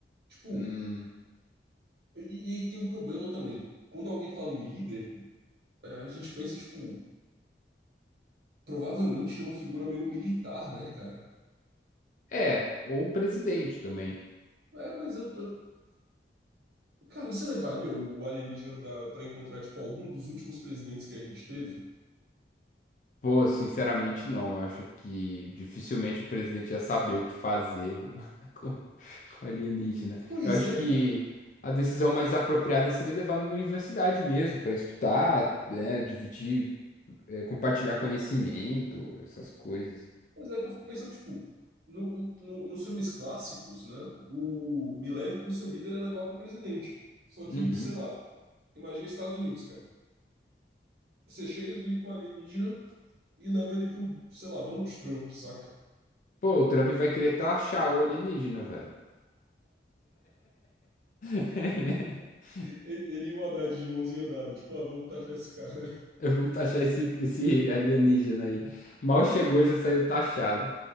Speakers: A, on the right; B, on the left.
A: Tipo,
B: Hum,
A: e, e aí tem um problema também. Quando alguém fala em líder, é, a gente pensa, tipo, provavelmente numa figura meio militar, né, cara?
B: é, ou o presidente também.
A: É, mas eu tô. Cara, você levaria o alienígena pra, pra encontrar, tipo, algum dos últimos presidentes que a gente teve?
B: Pô, sinceramente, não. Eu acho que dificilmente o presidente ia saber o que fazer o- <laughs> com, com alienígena.
A: Pois
B: Eu acho
A: é,
B: que
A: cara.
B: a decisão mais apropriada seria levar numa universidade mesmo, para estudar, né, dividir, eh, compartilhar conhecimento, essas coisas.
A: Pois é que eu fico pensando, tipo, no, no- nos filmes clássicos, né? O me leve pro seu líder é levar pro presidente. Só que,
B: Uhum.
A: sei lá, imagina Estados Unidos, cara. Você chega ali com o alienígena e leva ele pro, sei lá, Donald Trump, saca?
B: Pô, o Trump vai querer taxar o alienígena, velho. <laughs>
A: E- Ele e o Haddad de mãozinha dada, tipo, ah, vamos taxar esse cara.
B: É, Vamos taxar esse, esse alienígena aí. Mal chegou, já saiu taxado.